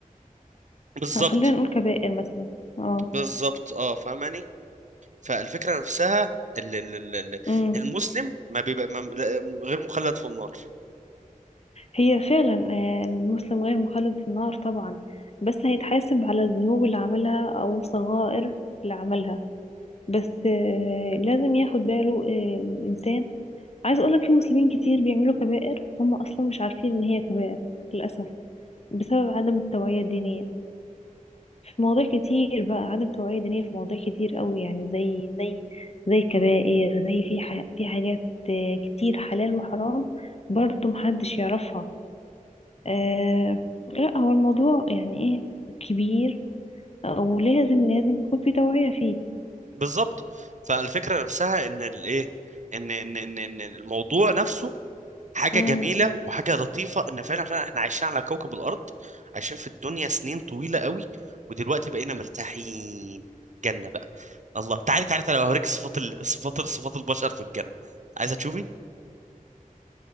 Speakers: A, on the right; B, on the left.
A: بالظبط
B: خلينا نقول كبائر مثلا اه
A: بالظبط اه فاهماني فالفكرة نفسها ال- ال- ال- ال-
B: امم
A: المسلم ما بيبقى ما غير مخلد في النار
B: هي فعلا آه، المسلم غير مخلد في النار طبعا بس هيتحاسب على الذنوب اللي عملها او الصغائر اللي عملها بس آه، لازم ياخد باله آه، الانسان عايز اقولك في مسلمين كتير بيعملوا كبائر هم اصلا مش عارفين ان هي كبائر للاسف بسبب عدم التوعية الدينية في مواضيع كتير بقى عدم توعية دينية في مواضيع كتير قوي يعني زي زي زي الكبائر زي في ح... في حاجات آه، كتير حلال وحرام برضه محدش يعرفها آه لا هو الموضوع يعني ايه كبير ولازم لازم يكون في توعية فيه
A: بالظبط فالفكرة نفسها ان الايه ان ان ان ان الموضوع نفسه حاجة
B: امم
A: جميلة وحاجة لطيفة ان فعلا فعلا احنا عايشين على كوكب الارض عايشين في الدنيا سنين طويلة قوي ودلوقتي بقينا مرتاحين جنة بقى الله تعالي تعالي تعالي اوريك صفات ال- صفات صفات البشر في الجنة عايزة تشوفي